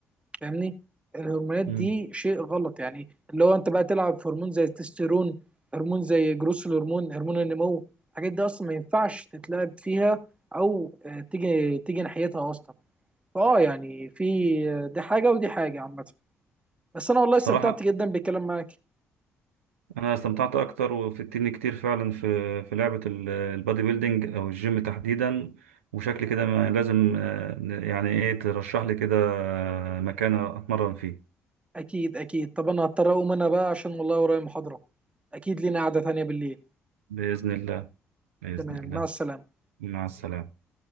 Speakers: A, on the right; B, on the right.
A: فاهمني الهرمونات دي
B: امم
A: شيء غلط يعني اللي هو انت بقى تلعب في هرمون زي التستيرون هرمون زي جروس الهرمون هرمون النمو الحاجات دي اصلا ما ينفعش تتلعب فيها او آه، تيجي تيجي ناحيتها اصلا فاه يعني في آه، دي حاجه ودي حاجه عامه بس انا والله
B: الصراحة
A: استمتعت جدا بالكلام معاك
B: انا استمتعت اكتر وفدتني كتير فعلا في في لعبه ال- البادي بيلدينج او الجيم تحديدا وشكل كده ما- لازم آه، ن- يعني ايه ترشح لي كده آه، مكان اتمرن فيه
A: اكيد اكيد طب انا هضطر اقوم انا بقى عشان والله ورايا محاضرة اكيد لينا قعدة تانية بالليل
B: باذن الله باذن
A: تمام
B: الله
A: مع السلامة
B: مع السلامه